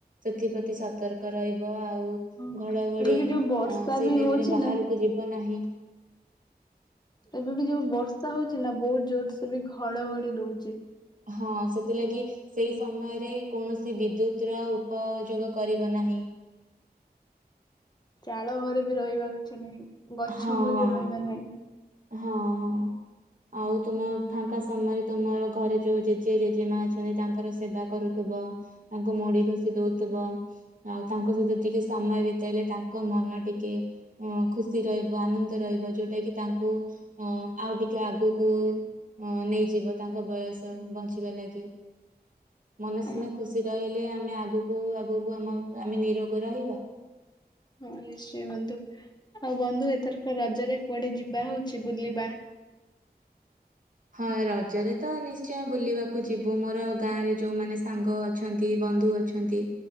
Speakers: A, on the right; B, on the left.
A: ସେଥିପ୍ରତି ସତର୍କ ରହିବ ଆଉ ଆଉ
B: ହଁ
A: ଘଡ଼ଘଡ଼ି
B: ଏବେ ବି ଯୋଉ ବର୍ଷା
A: ସେଇ
B: ବି
A: ଟାଇମ୍
B: ହଉଛି
A: ରେ ବାହାରକୁ
B: ନା
A: ଯିବ ନାହିଁ।
B: ଏବେ ବି ଯୋଉ ବର୍ଷା ହଉଛି ନା ବହୁତ ଜୋରୋ ସ୍ ସେ ବି ଘଡ଼ଘଡ଼ି ଦଉଚି।
A: ହଁ ସେଥିଲାଗି ସେଇ ସମୟରେ କୌଣସି ବିଦ୍ୟୁତ୍ ର ଉପଯୋଗ କରିବ ନାହିଁ।
B: ଚାଳ ଘରେ ବି ରହିବା ଅଛି ନାହିଁ। ଗଛ
A: ହଁ
B: ମୂଳେ ବି ରହିବା ନାହିଁ।
A: ହଁ ହଁ ଆଉ ତୁମ ଫାଙ୍କା ସମୟରେ ତୁମର ଘରେ ଯୋଉ ଜେଜେ ଜେଜେମା ଅଛନ୍ତି ତାଙ୍କର ସେବା କରୁଥିବ ତାଙ୍କୁ ମୋଡ଼ି ଘସିି ଦଉଥିବ ଆଉ ତାଙ୍କ ସହିତ ଟିକେ ସମୟ ବିତେଇଲେ ତାଙ୍କ ମନ ଟିକେ ଖୁସି- ଖୁସି ରହିବ ଆନନ୍ଦ ରହିବ ଯୋଉଟା କି ଉ ଆଉ ଟିକେ ଆଗକୁ ନେଇଯିବ ତାଙ୍କ ବୟସ ବଞ୍ଚିବା ଲାଗି ମନସିନା
B: ହଁ
A: ଖୁସି ରହିଲେ ଆମେ ଆଗକୁ ଆଗକୁ ଆମ ଆମେ ନିରୋଗ ରହିବା।
B: ହଁ ନିଶ୍ଚୟ ବନ୍ଧୁ ଆଉ ବନ୍ଧୁ ଏଥରକ ରଜରେ କୁଆଡ଼େ ଯିବା ହଉଛି ବୁଲିବା।
A: ହଁ ରଜରେ ତ ନିଶ୍ଚୟ ବୁଲିବାକୁ ଯିବୁ ମୋର ଗାଁରେ ଯୋଉମାନେ ସାଙ୍ଗ ଅଛନ୍ତି ବନ୍ଧୁ ଅଛନ୍ତି